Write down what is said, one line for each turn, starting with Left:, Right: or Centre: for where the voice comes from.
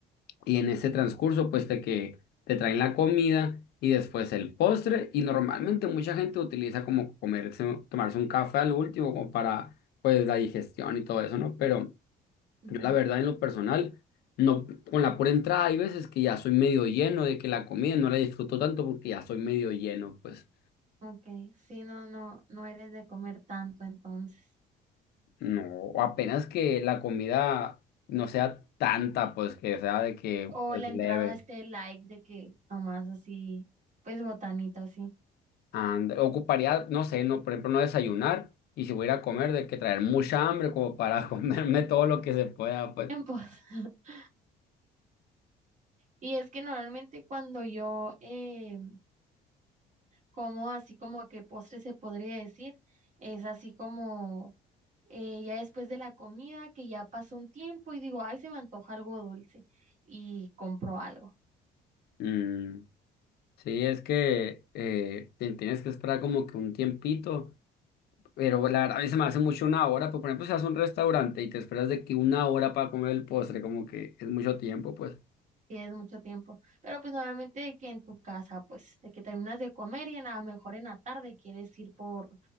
Left: Y en ese transcurso, pues de que te traen la comida y después el postre. Y normalmente mucha gente utiliza como comerse, tomarse un café al último como para pues la digestión y todo eso, ¿no? Pero
Right: Ujú.
Left: yo la verdad en lo personal, no, con la pura entrada hay veces que ya soy medio lleno de que la comida no la disfruto tanto porque ya soy medio lleno, pues
Right: Ok, sí, no, no, no eres de comer tanto entonces.
Left: no, o apenas que la comida no sea tanta, pues que sea de que
Right: O
Left: pues
Right: la
Left: leve.
Right: entrada, este like de que nomás así, pues botanita así.
Left: And, ocuparía, no sé, no, por ejemplo, no desayunar y si voy a ir a comer, de que traer mucha hambre como para <laughs> comerme todo lo que se pueda, pues.
Right: Tiempos. <laughs> Y es que normalmente cuando yo eh, como así como que postre se podría decir, es así como eh, ya después de la comida que ya pasó un tiempo y digo, ay, se me antoja algo dulce y compro algo.
Left: Mm, sí, es que eh, te tienes que esperar como que un tiempito, pero la verdad, a mí se me hace mucho una hora, pues, por ejemplo, si vas a un restaurante y te esperas de que una hora para comer el postre, como que es mucho tiempo, pues.
Right: Y es mucho tiempo. Pero pues normalmente de que en tu casa, pues de que terminas de comer y en- a lo mejor en la tarde quieres ir por,